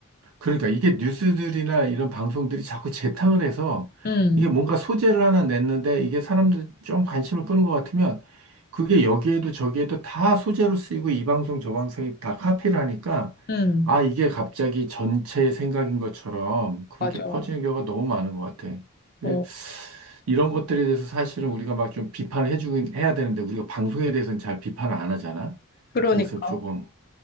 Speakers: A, on the right; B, on the left.
A: 그러니까 이게 뉴스들이나 이런 방송들이 자꾸 재탕을 해서
B: 음,
A: 이게 뭔가 소재를 하나 냈는데 이게 사람들 좀 관심을 끄는 것 같으면 그게 여기에도 저기에도 다 소재로 쓰이고 이 방송 저 방송이 다 카피를 하니까
B: 음,
A: 아, 이게 갑자기 전체의 생각인 것처럼 그렇게
B: 맞아.
A: 퍼지는 경우가 너무 많은 것 같아. 그-
B: 어,
A: 이런 것들에 대해서 사실은 우리가 막 좀 비판을 해주긴 해야 되는데 우리가 방송에 대해서는 잘 비판을 안 하잖아.
B: 그러니까.
A: 그래서 조금